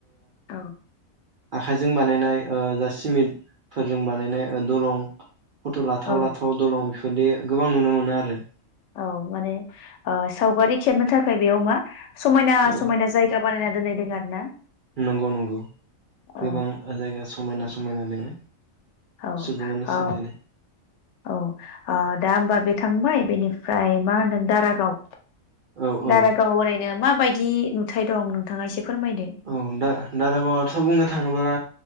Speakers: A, on the left; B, on the right.
A: औ।
B: आखाइजों बानायनाय। ओ जा सिमितफोर जों बानायनाय दलं फट लाथाव
A: औ
B: लाथाव दलं बेफोरदि गोबां नुनो मोनो आरो।
A: औ माने सावगारि खेबनो थाखाय बेयाव मा समायना
B: औ
A: समायना जायगा बानायना दोननाय दोंयो आरो ना
B: नंगौ नंगौ
A: औ
B: गोबां जायगा समायना समायना दोङो।
A: औ
B: सुबुङानो
A: औ
B: सोरजिनाय
A: ओ दा होमबा बे थांबाय बेनिफ्राय ओमफ्राय मा होनदों दारागाव
B: औ औ
A: दारागाव रायनो मााबायदि नुथाय दं नोंथाङा एसे फोरमायदो
B: औ दा दारागावआवथ बुंनो थाङोब्ला